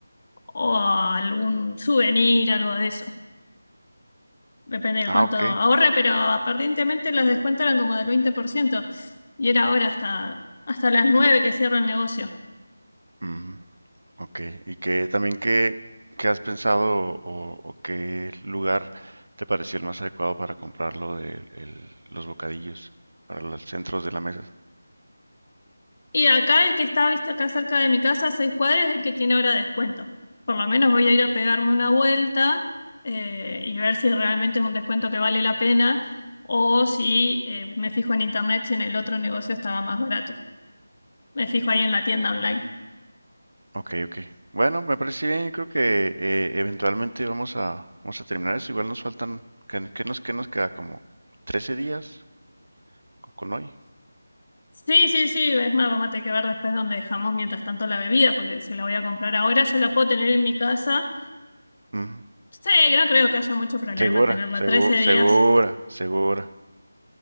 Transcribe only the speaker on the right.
Ah,
ok.
Ujú, ok. Y qué también qué, qué has pensado o, o qué lugar te pareció el más adecuado para comprarlo de el- los bocadillos para los centros de la mesa.
Ok, ok. Bueno, me parece bien. Yo creo que eh, eventualmente vamos a, vamos a terminar eso. Igual nos faltan, ¿qué, qué nos, qué nos queda? Como 13 días co- con hoy.
Ujú.
Segura,
segu-
segura,
segura.